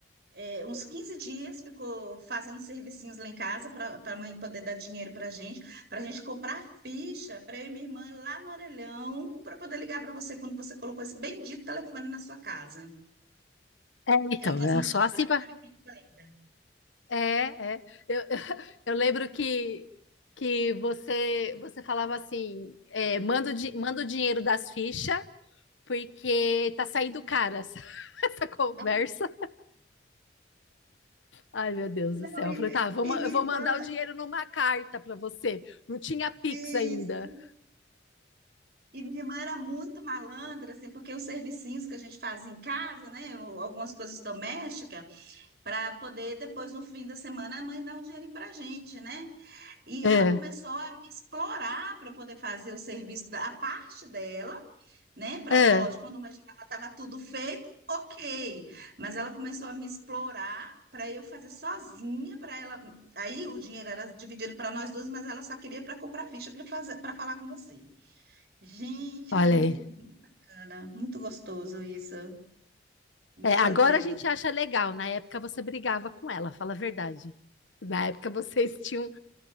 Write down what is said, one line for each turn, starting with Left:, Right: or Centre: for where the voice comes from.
Right: é, uns 15 dias, ficou fazendo servicinhos lá em casa para a mãe poder dar dinheiro para a gente, para a gente comprar ficha para eu e minha irmã ir lá no orelhão, para poder ligar para você quando você colocou esse bendito telefone na sua casa.
Left: É,
Right: Porque
Left: então,
Right: lá em casa
Left: era
Right: não
Left: só
Right: tinha
Left: assim
Right: telefone
Left: para.
Right: fixo ainda.
Left: É, é. Eu, <laughs> eu eu lembro que que você você falava assim, é, manda o, di- manda o dinheiro das fichas porque tá saindo cara essa, <laughs> essa conversa.
Right: Ah,
Left: Ai, meu Deus
Right: Não,
Left: do céu.
Right: e,
Left: Eu falei, tá, vou,
Right: e
Left: ma-
Right: minha
Left: eu vou
Right: irmã,
Left: mandar o dinheiro numa carta para você. Não tinha Pix
Right: isso.
Left: ainda.
Right: E minha irmã era muito malandra, assim, porque os servicinhos que a gente faz em casa, né, ou algumas coisas domésticas, para poder depois, no fim da semana, a mãe dar um dinheirinho para a gente, né? E
Left: É,
Right: ela começou a me explorar para poder fazer o serviço da a parte dela, né? Pra,
Left: é,
Right: lógico, quando eu já estava tudo feito, ok. Mas ela começou a me explorar para eu fazer sozinha, para ela. Aí o dinheiro era dividido para nós duas, mas ela só queria para comprar ficha para fazer, para falar com você. Gente,
Left: olha
Right: era muito
Left: aí.
Right: bacana, muito gostoso isso. Meu
Left: É, agora
Right: Deus.
Left: a gente acha legal. Na época você brigava com ela, fala a verdade. Na época vocês tinham.